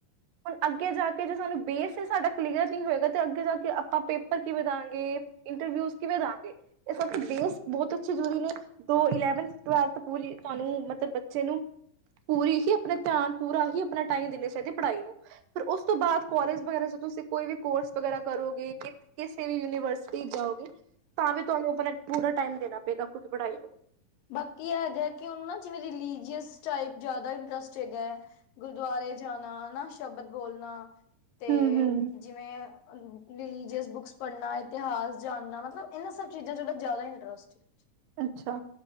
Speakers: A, on the right (about 80°); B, on the left (about 85°).
A: ਹੁਣ ਅੱਗੇ ਜਾ ਕੇ ਜੋ ਸਾਨੂੰ ਬੇਸ ਏ ਸਾਡਾ ਕਲੀਅਰ ਨੀ ਹੋਏਗਾ ਤੇ ਅੱਗੇ ਜਾ ਕੇ ਆਪਾਂ ਪੇਪਰ ਕਿਵੇਂ ਦਾਅਗੇ। ਇੰਟਰਵਿਊਜ਼ ਕਿਵੇਂ ਦਾਅਗੇ, ਇਸ ਕਰਕੇ ਬੇਸ ਬਹੁਤ ਅੱਛੀ ਜਰੂਰੀ ਨੇ, ਤੋਂ ਇਲੈਵਨਥ-ਟਵੈਲਥ ਪੂਰੀ ਤੁਹਾਨੂੰ ਮਤਲਬ ਬੱਚੇ ਨੂੰ ਪੂਰੀ ਹੀ ਆਪਣੇ ਧਿਆਨ ਪੂਰਾ ਹੀ ਆਪਣਾ ਟਾਈਮ ਦੇਣੇ ਚ‌ਈਦੇ ਪੜਾਈ ਨੂੰ‌। ਫਿਰ ਉਸ ਤੋਂ ਬਾਦ ਕੋਲਜ ਵਗੈਰਾ ਤੁਸੀਂ ਕੋਈ ਵੀ ਕੋਰਸ ਵਗੈਰਾ ਕਰੋਗੇ ਕਿਸੇ ਵੀ ਯੂਨੀਵਰਸਿਟੀ ਜਾਓਗੇ ਤਾਂ ਵੀ ਤੁਹਾਨੂੰ ਆਪਣਾ ਪੂਰਾ ਟਾਈਮ ਦੇਣਾ ਪਏਗਾ <unintelligible> ਪੜਾਈ ਨੂੰ।
B: ਬਾਕੀ ਐਹ ਗਾ ਕਿ ਓਨੂੰ ਨਾ ਜਿਵੇਂ ਰਿਲੀਜੀਅਸ ਟਾਈਪ ਜਾਦਾ ਇੰਟਰਸਟ ਚ ਹੈਗਾ ਗੁਰਦੁਆਰੇ ਜਾਣਾ ਹਨਾ ਸ਼ਬਦ ਬੋਲਣਾ ਤੇ
A: ਹੂੰ-ਹੂੰ
B: ਜਿਵੇਂ ਅ ਰਿਲੀਜ਼ਸ ਬੁੱਕਸ ਪੜਨਾ ਇਤਿਹਾਸ ਜਾਣਨਾ ਮਤਲਬ ਏਨਾਂ ਸਭ ਚੀਜ਼ਾਂ ਚ ਓਦਾ ਜਾਦਾ ਇੰਟਰਸਟ ਹੈ।
A: ਅੱਛਾ